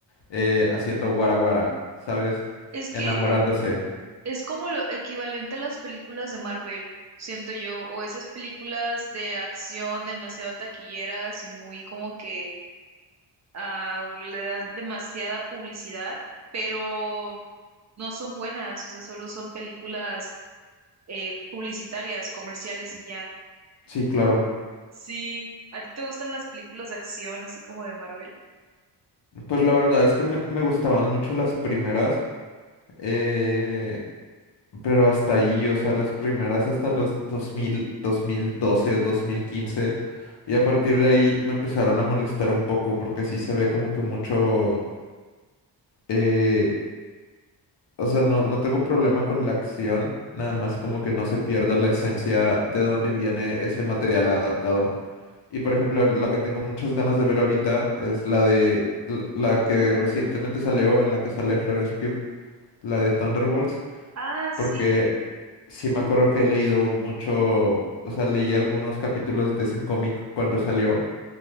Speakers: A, on the left; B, on the right.
A: eh, haciendo guara guara, ¿sabes?
B: Es que
A: Enamorándose.
B: es como lo equivalente a las películas de Marvel, siento yo, o esas películas de acción demasiado taquilleras y muy como que ah, o le das demasiada publicidad, pero no son buenas, o sea, solo son películas eh, publicitarias, comerciales y ya.
A: Sí, claro.
B: Sí, ¿a ti te gustan las películas de acción, así como de Marvel?
A: Pues la verdad es que me, me gustaban mucho las primeras, eh, pero hasta allí, o sea, las primeras hasta los 2000, 2012, 2015, y a partir de ahí me empezaron a molestar un poco porque sí se ve como que mucho... eh, O sea, no, no tengo problema con la acción, nada más como que no se pierda la esencia de dónde viene ese material adaptado. Y por ejemplo, la que tengo muchas ganas de ver ahorita es la de la la que recientemente salió, en la que sale Florence Pugh, la de Thunderbolts,
B: Ah, sí.
A: porque sí me acuerdo que he leído mucho, o sea, leí algunos capítulos de ese cómic cuando salió